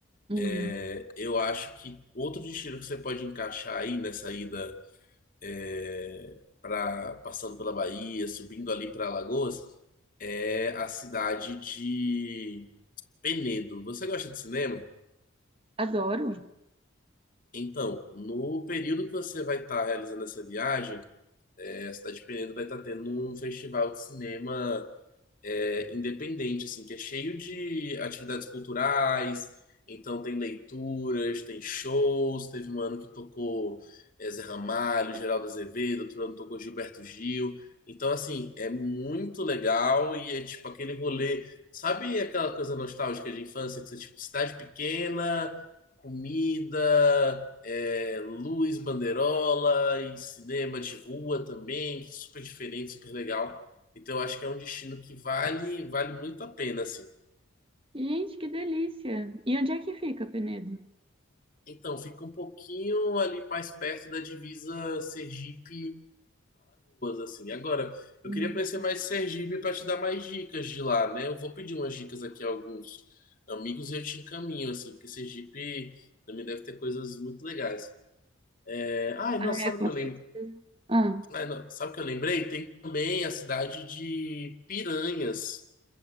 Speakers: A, on the right; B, on the left.
A: Hum,
B: é, eu acho que outro destino que você pode encaixar aí nessa ida é, pra, passando pela Bahia, subindo ali para Alagoas, é a cidade de Penedo. Você gosta de cinema?
A: adoro.
B: Então, no período que você vai estar realizando essa viagem, é, a cidade de Penedo vai estar tendo um festival de cinema é, independente, assim, que é cheio de atividades culturais. Então tem leituras, tem shows. Teve um ano que tocou é, Zé Ramalho, Geraldo Azevedo, outro ano tocou Gilberto Gil. Então, assim, é muito legal e é tipo aquele rolê. Sabe aquela coisa nostálgica de infância que você, tipo, cidade pequena, comida, é, luz, banderola e cinema de rua também, super diferente, super legal. Então, eu acho que é um destino que vale, vale muito a pena, assim.
A: Gente, que delícia! E onde é que fica, Penedo?
B: Então, fica um pouquinho ali mais perto da divisa Sergipe-Alagoas, assim. Agora, eu
A: Hum.
B: queria conhecer mais Sergipe para te dar mais dicas de lá, né? Eu vou pedir umas dicas aqui a alguns amigos e eu te encaminho, assim, porque Sergipe também deve ter coisas muito legais. É, ai, nossa,
A: Ah,
B: sabe
A: é, com
B: o que eu
A: certeza.
B: lembro?
A: Ah.
B: Ai, não, sabe o que eu lembrei? Tem também a cidade de Piranhas.